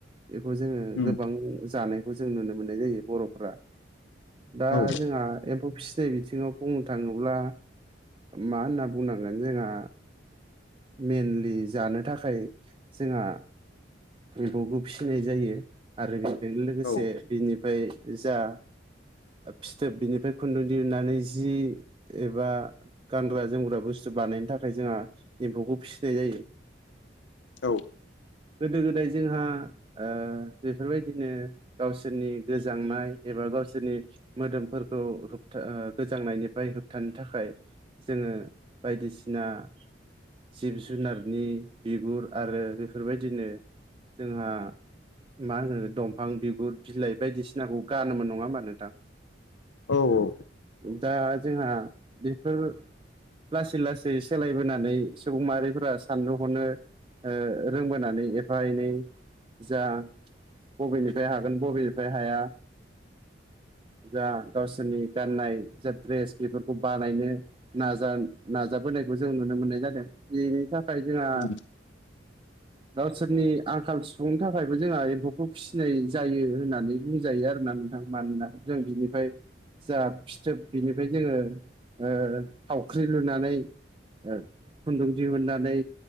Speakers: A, on the right (about 25°); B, on the left (about 75°).
A: बेखौ जोङो
B: उम
A: गोबां जानायखौ जों नुनो मोननाय जायो बर'फ्रा। दा
B: औ
A: जोंहा एम्फौ फिसिनाय बिथिंङाव बुंनो थाङोब्ला मा होनना बुंनांगोन जोंहा मेनलि जानो थाखाय जोंहा मैगंखौ फिसिनाय जायो। आरो बेजोंनो लोगोसे
B: औ
A: बिनिफ्राय जा फिथोब बिनि ओमफ्राय खुन्दुं दिहुननानै जि एबा गानग्रा जोमग्रा बुस्थु बानायनो थाखाय जोंहा एम्फौखौ फिसिनाय जायो
B: औ
A: गोदो गोदाय जोंहा ओ बेफोरबायदिनो गावसोरनि गोजांनाय एबा गावसोरनि मोदोमफोरखौ होबथा ओ गोजांनायनिफ्राय होबथानो थाखाय जोङो बायदिसिना जिब जुनारनि बिगुर आरो बेफोरबायदिनो जोंहा मा होनो दंफां बिगुर बिलाइ बायदिसिनाखौ गानोमोन नङा होमबा नोंथां?
B: औ औ
A: दा जोंहा बेफोर लासै लासै सोलायबोना नै सुबुं माहारिफोरा साननो हनो ओ रोंबोनानै एफा एनै जा बबेनिफ्राय हागोन बबेनिफ्राय हाया जा गावसोरनि गाननाय जा ड्रेस बेफोरखौ बानायनो नाजा नाजाबोनायखौ जों नुनो मोननाय जादों बेनि थाखाय जोंहा
B: उम
A: <inaudible> गावसोरनि आंखाल सफुंनो थाखायबो जोंहा एम्फौखौ फिसिनाय जायो होननानै बुंजायो आरोना नोंथां। मानोना जों बिनिफाय जा फिथोब बिनिफ्राय जोङो थावख्रि ओ लुनानै ओ खुन्दुं दिहनानै